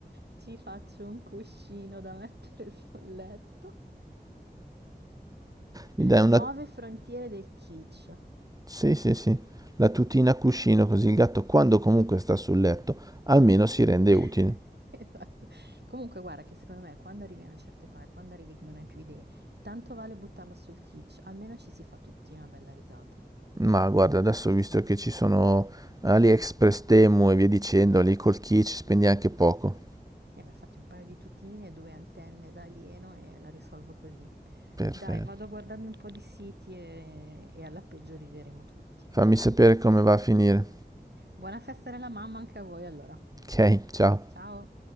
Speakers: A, on the right; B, on the right.
A: ci faccio un cuscino da mettere sul letto.
B: Gli dai
A: Nuove
B: una...
A: frontiere del kitsch.
B: Sì, sì, sì. La tutina a cuscino così il gatto quando comunque sta sul letto almeno si rende
A: <laughs>
B: utile.
A: Esatto. Comunque guarda che secondo me quando arrivi a una certa età e quando arrivi che non hai più idee, tanto vale buttarla sul kitsch, almeno ci si fa tutti una bella risata.
B: Ma guarda, adesso visto che ci sono AliExpress, Temu e via dicendo, lì col key ci spendi anche poco.
A: E mi ha fatto un paio di tutine, due antenne da alieno e la risolvo così.
B: Perfetto.
A: Dai, vado a guardarmi un po' di siti e, e alla peggio rideremo tutti.
B: Fammi sapere come va a finire.
A: Buona festa della mamma anche a voi allora.
B: Ok, ciao.
A: Ciao!